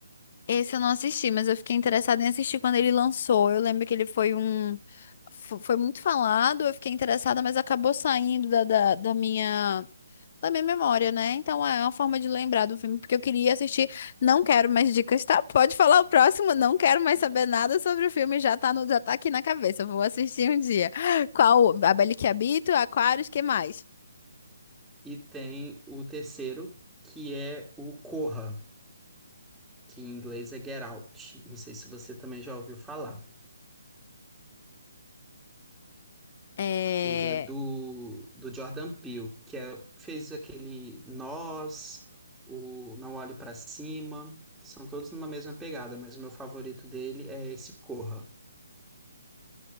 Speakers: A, on the left; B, in the centre.
A: Esse eu não assisti, mas eu fiquei interessada em assistir quando ele lançou. Eu lembro que ele foi um. fo- Foi muito falado, eu fiquei interessada, mas acabou saindo da, da, da minha. Da minha memória, né? Então é uma forma de lembrar do filme, porque eu queria assistir. Não quero mais dicas, tá? Pode falar o próximo, não quero mais saber nada sobre o filme, já tá, no, já tá aqui na cabeça. eu Vou assistir um dia. Qual? A Bela que Habito, Aquários, que mais?
B: E tem o terceiro, que é o Corra. que em inglês é Get Out. Não sei se você também já ouviu falar.
A: É...
B: Ele é do, do Jordan Peele, que é, fez aquele Nós, o Não Olhe Pra Cima. São todos numa mesma pegada, mas o meu favorito dele é esse Corra.